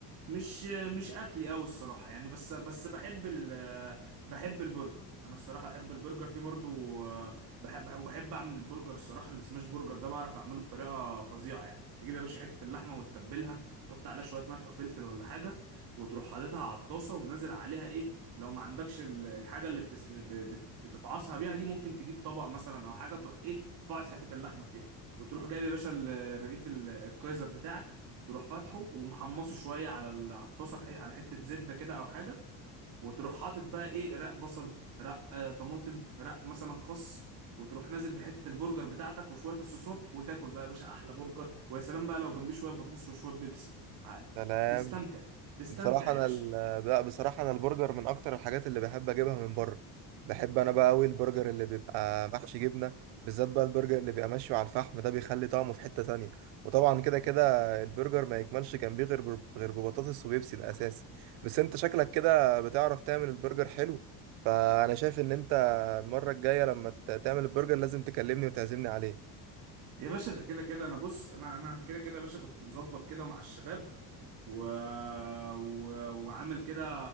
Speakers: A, on the right; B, on the right.
A: مش مش اكلي قوي الصراحه يعني بس بس بحب ال بحب البرجر انا الصراحه بحب البرجر في برضو آه، بحب وبحب اعمل البرجر الصراحه السماش برجر ده بعرف اعمله بطريقه فظيعه يعني تجيب يا باشا حته اللحمه وتتبلها تحط عليها شويه ملح وفلفل ولا حاجه وتروح حاططها على الطاسه ونازل عليها ايه لو ما عندكش ال- الحاجه اللي بتس... ب- بت- بتفعصها بيها دي ممكن تجيب طبق مثلا او حاجه تروح ايه فاعص حته اللحمه فيها وتروح جايب يا باشا ال- رغيف ال- الكايزر بتاعك تروح فاتحه ومحمصه شويه على ال- على الطاسه بحي... على حته زبده كده او حاجه وتروح حاطط بقى ايه رق بصل رق آه طماطم رق مثلا خس وتروح نازل بحته البرجر بتاعتك وشويه الصوصات وتاكل بقى يا باشا احلى برجر ويا سلام بقى لو جنبيه شويه بطاطس وشويه بيبسي ع-
B: سلام
A: تستمتع تستمتع
B: بصراحة أنا
A: يا باشا
B: ال... لا بصراحة أنا البرجر من أكتر الحاجات اللي بحب أجيبها من بره بحب أنا بقى أوي البرجر اللي بيبقى محشي جبنة بالذات بقى البرجر اللي بيبقى مشوي على الفحم ده بيخلي طعمه في حتة تانية وطبعا كده كده البرجر ما يكملش جنبيه غير بر... غير ببطاطس وبيبسي ده أساسي بس أنت شكلك كده بتعرف تعمل البرجر حلو فأنا شايف إن أنت المرة الجاية لما ت- تعمل البرجر لازم تكلمني وتعزمني عليه
A: يا باشا ده كده كده انا بص انا انا كده كده يا باشا كنت مظبط كده مع الشباب و... و... وعامل كده